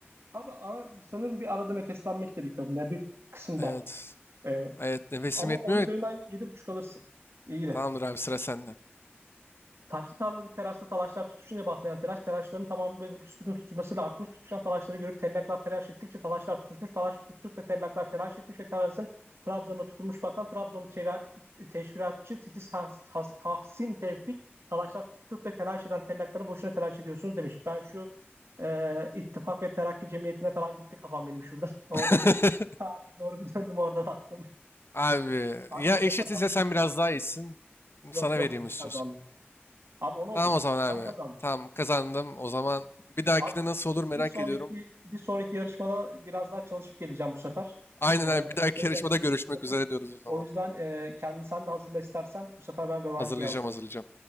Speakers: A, on the right; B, on the left.
A: Abi ara, sanırım bir arada nefeslenmek gerekiyor bunda bir kısımda.
B: Evet.
A: Ee,
B: Evet nefesim
A: ama
B: yetmiyor.
A: 10 üzerinden yedi buçuk alırsın. İyi de.
B: Tamamdır abi sıra sende.
A: Taşlı tarladık terasta talaşlar tutuşunca başlayan telaş, telaşların tamamı ve büsbütün tutuşmasıyla artmış. Tutuşan talaşları görüp tellaklar telaş ettikçe talaşlar tutuşmuş. Talaş tutuştukça tellaklar telaş etmiş ve terasın Trabzon'a tutunmuş bakan Trabzonlu çela- teşviratçı Titiz Has, Has- Tahsin Tevfik talaşlar tutuştukça telaş eden tellaklara boşuna telaş ediyorsunuz demiş. Ben şu e, İttifak ve Terakki Cemiyeti'ne falan gitti kafam benim şurada. <laughs> Orada
B: <laughs>
A: bir Tarihe doğru bir döndüm orada baktım.
B: Abi
A: Abi
B: ya
A: burada
B: eşitiz
A: kazandım.
B: ya sen biraz daha iyisin.
A: Yok
B: Sana
A: yok
B: vereyim
A: burada
B: istiyorsun.
A: kazandım. Abi o ne oldu?
B: Tamam o zaman abi.
A: Sen kazandın.
B: Tamam kazandım. O zaman bir dahakine
A: Abi
B: nasıl olur merak
A: bir sonraki
B: ediyorum.
A: bir sonraki yarışmada biraz daha çalışıp geleceğim bu sefer.
B: Aynen
A: Ee,
B: abi bir dahaki
A: senin
B: yarışmada
A: geleceğini
B: görüşmek
A: düşünüyorum.
B: üzere diyoruz o zaman.
A: O yüzden e, kendini sen de hazırla istersen. Bu sefer ben rövanşıyı
B: Hazırlayacağım
A: alacağım.
B: hazırlayacağım.